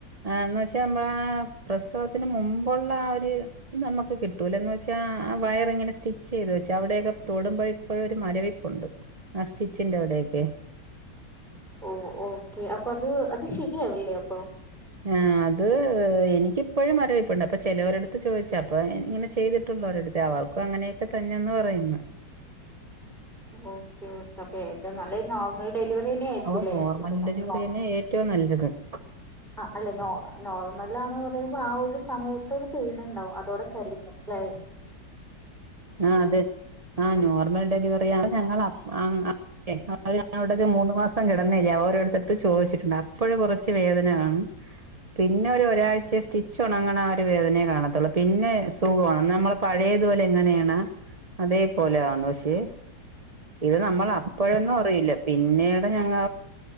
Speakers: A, on the right (about 45°); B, in the centre.
A: എന്ന് വെച്ച നമ്മള ആ പ്രസവത്തിന് മുമ്പുള്ള ആ ഒരു ഇത് നമ്മക്ക് കിട്ടൂല എന്ന് വെച്ചാ ആ വയറ് ഇങ്ങന സ്റ്റിച്ച് ചെയ്ത് വെച്ച് അവിടെക്കെ തൊടുമ്പെഴ് ഇപ്പോഴും ഒരു മരവിപ്പുണ്ട് ആ സ്റ്റിച്ചിന്റെ അവിടേക്കെ
B: ഓ ഓക്കെ അപ്പൊ അത് അത് ശരിയാവില്ലേ അപ്പ് <inaudible>
A: ആ അത് എനിക്കിപ്പൊഴും മരവിപ്പുണ്ട് അപ്പൊ ചെലൊരടുത്ത് ചോദിച്ച് അപ്പൊ ഇങ്ങനെ ചെയ്തിട്ടുള്ളോരടുത്ത് അവർക്കും അങ്ങനെയൊക്കെ തന്നെന്ന് പറയുന്നു
B: ഓക്കെ <unintelligible> അപ്പൊ ഏറ്റവും നല്ലത് നോർമൽ ഡെലിവറിന്നെ ആയിരിക്കുംല്ലേ
A: ഓ നോർമൽ
B: ഇപ്പപ്പൊ
A: ഡെലിവറി
B: ഒ
A: തന്നെ <inaudible>
B: ആ അല്ല നോ നോർമൽ ആണ് കൊറ <unintelligible> ആ ഒരു സമയത്ത് ഒരു പെയിൻ ഇണ്ടാവും അതോടെ കഴിഞ്ഞു ല്ലേ
A: ആ അതെ ആ നോർമൽ ഡെലിവറിയാണ് ഞങ്ങള ആ <inaudible> ഞാൻ അവിടൊരു മൂന്ന് മാസ് <unintelligible> കെടന്നേല്ലേ ഓരോരുത്തടുത്ത് ചോദിച്ചിട്ടുണ്ട് അപ്പൊഴ് കൊറച്ച് വേദന കാണും പിന്നെ ഒരു ഒരാഴ്ച സ്റ്റിച്ച് ഒണങ്ങണ ആ ഒരു വേദനേ കാണത്തൊള്ളൂ പിന്നെ സുഖോണ് നമ്മള് പഴയതുപോലെ എങ്ങനെയാ ണാ അതെ പോലെയാന്ന് പക്ഷേ ഇത് നമ്മള് അപ്പൊഴൊന്നും
B: ഉം
A: അറിയില്ല പി പിന്നീട് ഞങ്ങ